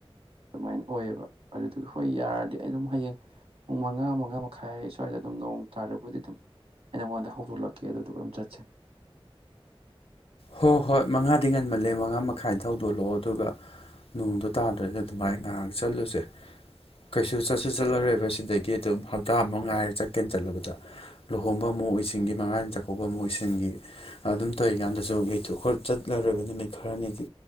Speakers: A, on the right; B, on the left.
A: ꯑꯗꯨꯃꯥꯏꯅ ꯑꯣꯏꯌꯦꯕ ꯑꯗꯨꯗꯨꯒꯤ ꯍꯣꯏ ꯌꯥꯔꯗꯤ ꯑꯩ ꯑꯗꯨꯝ ꯍꯌꯦꯡ ꯄꯨꯡ ꯃꯉꯥ ꯃꯉꯥ ꯃꯈꯥꯏ ꯁ꯭ꯋꯥꯏꯗ ꯑꯗꯨꯝ ꯅꯣꯡ ꯇꯥꯔꯕꯨꯗꯤ ꯑꯗꯨꯝ ꯑꯩ ꯅꯉꯣꯟꯗ ꯍꯧꯗꯣꯛꯂꯛꯀꯦ ꯑꯗꯨꯗꯨꯒ ꯑꯗꯨꯝ ꯆꯠꯁꯦ
B: ꯍꯣꯏ ꯍꯣꯏ ꯃꯉꯥꯗꯤ ꯉꯟꯃꯜꯂꯦ ꯃꯉꯥ ꯃꯈꯥꯏ ꯗ ꯍꯧꯗꯣꯛꯂꯛꯑꯣ ꯑꯗꯨꯒ ꯅꯣꯡꯗꯣ ꯇꯥꯗ꯭ꯔꯒ ꯑꯗꯨꯃꯥꯏꯅ ꯉꯥꯏꯍꯥꯛ ꯆꯠꯂꯨꯁꯦ ꯀꯩꯁꯨ ꯆꯠꯁꯨ ꯆꯠꯂꯔꯣꯏꯕ ꯁꯤꯗꯒꯤ ꯑꯗꯨꯝ ꯍꯞꯇꯥ ꯑꯃꯨꯛ ꯉꯥꯏꯔꯦ ꯆꯠꯀꯦꯅ ꯆꯠꯂꯕꯗ ꯂꯨꯍꯣꯡꯕ ꯑꯃꯨꯛ ꯑꯣꯏꯁꯤꯟꯈꯤ ꯃꯉꯥꯅꯤ ꯆꯥꯛꯀꯧꯕ ꯑꯃꯨꯛ ꯑꯣꯏꯁꯤꯟꯈꯤ ꯑꯗꯨꯝ ꯇꯧꯔꯤꯀꯥꯟꯗ ꯁꯨꯝ ꯌꯩꯊꯣꯛ ꯈꯔ ꯆꯠꯂꯔꯣꯏꯕ ꯅꯨꯃꯤꯠ ꯈꯔꯅꯤꯗꯤ